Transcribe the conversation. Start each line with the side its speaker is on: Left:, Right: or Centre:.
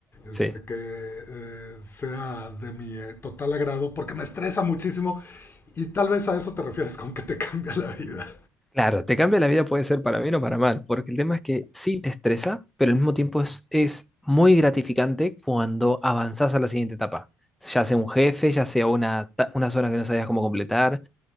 Centre: sí.
Left: este, que eh, sea de mi eh, total agrado porque me estresa muchísimo y tal vez a eso te refieres con que te <laughs> cambia la vida.
Centre: Claro, te cambia la vida puede ser para bien o para mal, porque el tema es que sí te estresa, pero al mismo tiempo es, es muy gratificante cuando avanzás a la siguiente etapa. Ya sea un jefe, ya sea una, ta- una zona que no sabías cómo completar.